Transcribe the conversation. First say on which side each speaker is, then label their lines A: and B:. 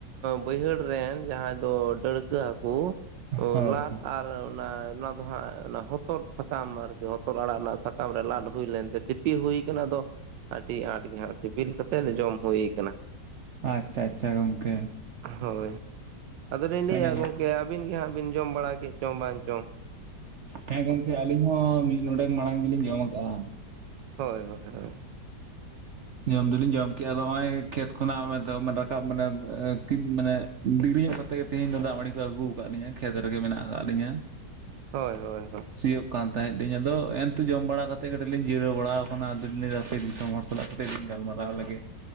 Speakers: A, on the right; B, on the right.
A: ᱵᱟᱹᱭᱦᱟᱹᱲ ᱨᱮᱱ ᱡᱟᱦᱟᱸᱭ ᱫᱚ ᱰᱟᱹᱲᱠᱟᱹ ᱦᱟᱹᱠᱩ,
B: ᱦᱳᱭ
A: ᱞᱟᱫ
B: ᱦᱳᱭ
A: ᱟᱨ ᱚᱱᱟ ᱞᱟ ᱫᱚᱦᱟᱸᱜ ᱚᱱᱟ ᱦᱚᱛᱚᱫ ᱥᱟᱠᱟᱢ ᱟᱨᱠᱤ ᱦᱚᱛᱚᱫ ᱟᱲᱟᱜ ᱨᱮᱱᱟᱜ ᱥᱟᱠᱟᱢ ᱨᱮ ᱞᱟᱫ ᱦᱩᱭ ᱞᱮᱱᱛᱮ ᱥᱤᱯᱤ ᱦᱩᱭ ᱠᱟᱱᱟ, ᱟᱫᱚ ᱟᱹᱰᱤ ᱟᱸᱴ ᱜᱮᱦᱟᱜ ᱥᱤᱵᱤᱞ ᱠᱟᱛᱮᱫ ᱡᱚᱢ ᱦᱩᱭ ᱠᱟᱱᱟ᱾
B: ᱟᱪᱪᱷᱟ ᱟᱪᱪᱷᱟ ᱜᱚᱝᱠᱮ
A: ᱦᱳᱭ, ᱟᱫᱚᱞᱤᱧ ᱞᱟᱹᱭᱮᱜᱟ
B: ᱟᱹᱰᱤ
A: ᱜᱚᱝᱠᱮ, ᱵᱤᱱ ᱜᱮ ᱦᱟᱸᱜ ᱵᱤᱱ ᱡᱚᱢ ᱵᱟᱲᱟ ᱠᱮᱫ ᱪᱚᱝ ᱵᱟᱝ ᱪᱚᱝ?
B: ᱦᱮᱸ ᱜᱚᱝᱠᱮ ᱟᱹᱞᱤᱧ ᱦᱚᱸ ᱢᱤᱫ ᱱᱚᱰᱮᱠ ᱢᱟᱲᱟᱝ ᱜᱮᱞᱤᱧ ᱡᱚᱢ ᱠᱟᱜᱼᱟ᱾
A: ᱦᱳᱭ, ᱦᱳᱭ, ᱦᱳᱭ
B: ᱡᱚᱢ ᱫᱚᱞᱤᱧ ᱡᱚᱢ ᱠᱮᱜᱼᱟ, ᱟᱫᱚ ᱱᱚᱜᱼᱚᱭ ᱠᱷᱮᱛ ᱠᱷᱚᱱᱟᱜ ᱢᱮᱱᱛᱮ ᱨᱟᱠᱟᱵ ᱢᱟᱱᱮ ᱠᱟᱹᱡ ᱢᱟᱱᱮ ᱫᱮᱨᱤ ᱧᱚᱜ ᱠᱟᱛᱮᱜ ᱜᱮ ᱛᱦᱤᱧ ᱫᱚ ᱫᱟᱜ ᱢᱟᱹᱰᱤ ᱠᱚ ᱟᱹᱜᱩ ᱟᱠᱟᱫ ᱞᱤᱧᱟ, ᱠᱷᱮᱛ ᱨᱮᱜᱮ ᱢᱮᱱᱟᱜ ᱟᱠᱟᱫ ᱞᱤᱧᱟᱹ᱾
A: ᱦᱳᱭ, ᱦᱳᱭ, ᱦᱳᱭ,
B: ᱥᱤᱭᱳᱜ ᱠᱟᱱ ᱛᱟᱦᱮᱸᱫ ᱟᱞᱤᱧ, ᱟᱫᱚ ᱮᱱᱛᱩ ᱡᱚᱢ ᱵᱟᱲᱟ ᱠᱟᱛᱮᱫ ᱠᱟᱹᱴᱤᱡ ᱞᱤᱧ ᱡᱤᱨᱟᱹᱣ ᱵᱟᱲᱟᱣ ᱟᱠᱟᱱᱟ ᱟᱫᱚ ᱞᱤᱧ ᱦᱟᱯᱮ ᱫᱤᱥᱚᱢ ᱦᱚᱲ ᱥᱟᱞᱟᱜ ᱠᱟᱹᱴᱤᱡ ᱞᱤᱧ ᱜᱟᱞᱢᱟᱨᱟᱣ ᱞᱮᱜᱮ